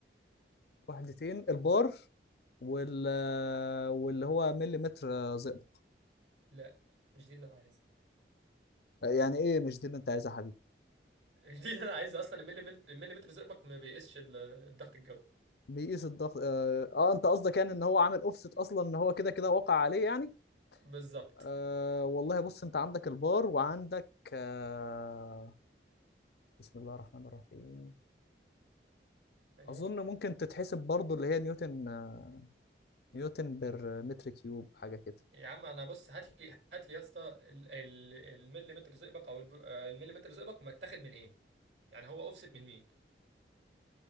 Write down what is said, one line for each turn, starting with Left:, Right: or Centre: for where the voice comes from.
Left: وحدتين البار وال... واللي هو مليمتر آه، زئبق
Right: لا مش دي اللي أنا عايزها
Left: يعني ايه مش دي اللي انت عايزها يا حبيبي
Right: <laughs> مش دي اللي أنا عايزها أصلا الملي المليمتر زئبق ما بيقيسش ال- الضغط الجوي
Left: بيقيس الضغط اه, آه انت قصدك يعني ان هو عامل اوفست اصلا ان هو كده كده واقع عليه يعني
Right: بالظبط
Left: آه والله بص انت عندك البار وعندك آه بسم الله الرحمن الرحيم
Right: أيوه
Left: اظن ممكن تتحسب برضو اللي هي نيوتن آه نيوتن بر متر كيوب حاجه كده
Right: يا عم أنا بص هات لي هات لي يا اسطى ال- ال- المليمتر زئبق أو الب- آه، المليمتر زئبق متاخد من إيه يعني هو أوفست من مين